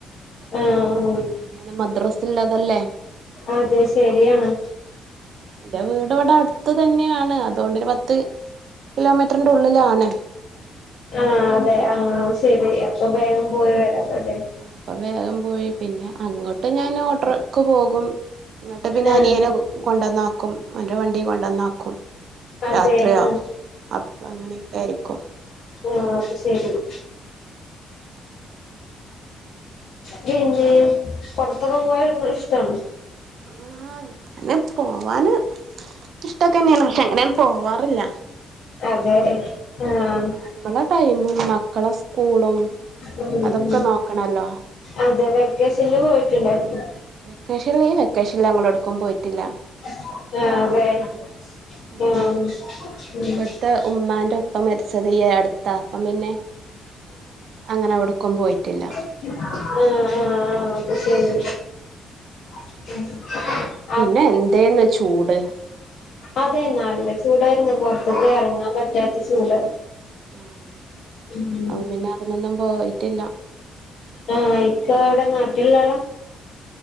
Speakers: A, on the left; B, on the right.
A: ആഹ്
B: അങ്ങനെയാണ് മദ്രസള്ളതല്ലേ
A: അതെ ശരിയാണ്
B: എന്റെ വീട് ഇവിടെ അടുത്ത് തന്നെയാണ് അതൊണ്ടോരു പത്ത് കിലോമീറ്ററിന്റെ ഉള്ളിലാണ്
A: ആഹ് അതെ ആഹ് ശരി അപ്പൊ വേഗം പോയി വരാലോല്ലേ
B: അപ്പൊ വേഗം പോയി പിന്നെ അങ്ങോട്ട് ഞാൻ ഓടോർക്ക് പോകും ഇങ്ങട്ട് പിന്നെ
A: ആ
B: അനിയന് കൊണ്ടന്നാക്കും ഓന്റെ വണ്ടി കൊണ്ടന്നാക്കും
A: അതെ
B: രാത്രിയോ
A: ആ
B: അപ്പള അങ്ങനെക്കെ ആയിരിക്കും
A: ഓ അത് ശെരി ഉ പിന്നെ പൊറത്തെക്കെ പോകാൻ ഒര്ങ്ങ്ണ ഇഷ്ടാണോ
B: ആഹ് ഞാന് പോവാന് ഇഷ്ടൊക്കെ ന്നെയാണ് പക്ഷെ അങ്ങന്യാണ്ട് പോവാറില്ല
A: അതെ ആഹ്
B: അമ്മളെ ടൈമും മക്കളെ സ്കൂളും
A: ഉം
B: അതൊക്കെ
A: ഉം
B: നോക്കണല്ലോ
A: അതെ വെക്കേഷനില് പോയിട്ടുണ്ടായിരുന്നു
B: വെക്കേഷൻ ഈ വെക്കേഷന് ഞങ്ങളട്ക്കും പോയിട്ടില്ല
A: <unintelligible> ഉം
B: പിന്നെ ഇവിടുത്തെ ഉമ്മാന്റെ ഉപ്പ മരിച്ചത് ഈ അടുത്താ അപ്പം പിന്നെ അങ്ങനെവ്ടെ ക്കം പോയിട്ടില്ല
A: ആഹ്ആഹ് ആഹ് അത് ശരി <inaudible>
B: ഇന്നെ എന്തേന്ന് ചൂട്
A: അതെ നല്ലചൂടായിരുന്നു പൊറ് ത്ത്ക്കറങ്ങാൻ പറ്റാത്ത ചൂട്
B: ആഹ്
A: ഉം
B: അപ്പൊ പിന്നെ അതിനൊന്നും പോയിട്ടില്ല
A: ആഹ് ഇക്കവിടെ നാട്ടിലുള്ള ആളാ